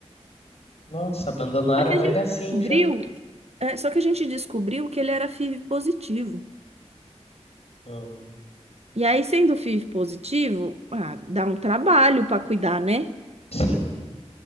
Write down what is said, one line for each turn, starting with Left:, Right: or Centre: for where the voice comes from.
Left: Nossa, abandonaram
Right: Só que a gente
Left: ele assim
Right: descobriu
Left: já.
Right: É, só que a gente descobriu que ele era FIV positivo.
Left: Hum,
Right: E aí, sendo FIV positivo, ah, dá um trabalho para cuidar, né?
Left: sim.